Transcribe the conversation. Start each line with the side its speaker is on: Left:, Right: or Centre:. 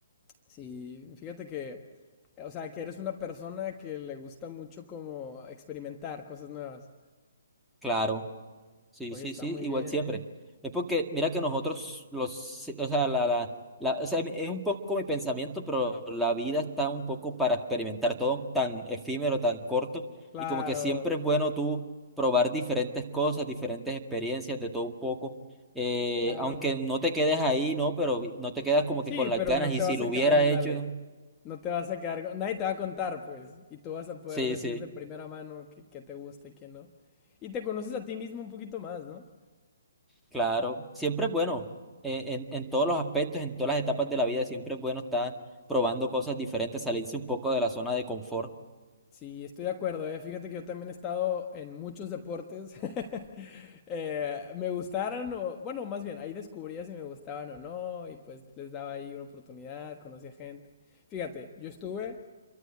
Left: Sí, fíjate que, o sea, que eres una persona que le gusta mucho como experimentar cosas nuevas.
Centre: Claro. Sí,
Left: Oye,
Centre: sí,
Left: está
Centre: sí,
Left: muy
Centre: igual
Left: bien,
Centre: siempre.
Left: ¿eh?
Centre: Es porque, mira que nosotros, los, sí, o sea, la, la, la- o sea, es un poco mi pensamiento, pero la vida está un poco para experimentar todo tan efímero, tan corto,
Left: Claro,
Centre: y como que siempre es bueno tú probar diferentes cosas, diferentes experiencias, de todo un poco, eh,
Left: claro.
Centre: aunque no te quedes ahí, ¿no? Pero no te quedas como
Left: Sí,
Centre: que con
Left: pero
Centre: las ganas,
Left: no
Centre: y
Left: te
Centre: si
Left: vas
Centre: lo
Left: a...
Centre: hubiera
Left: ca- Ándale,
Centre: hecho,
Left: no te vas a quedar... con- Nadie te va a contar, pues, y tú vas a poder
Centre: sí,
Left: decir
Centre: sí.
Left: de primera mano qué qué te gusta y qué no. Y te conoces a ti mismo un poquito más, ¿no?
Centre: Claro, siempre es bueno, eh, en, en
Left: Sí.
Centre: todos los aspectos, en todas las etapas de la vida, siempre es bueno estar probando cosas diferentes, salirse un poco de la zona de confort.
Left: Sí, estoy de acuerdo, ¿eh? Fíjate que yo también he estado en muchos deportes. <laughs> Eh, me gustaron o, bueno, más bien, ahí descubría si me gustaban o no y pues les daba ahí una oportunidad, conocía gente. Fíjate, yo estuve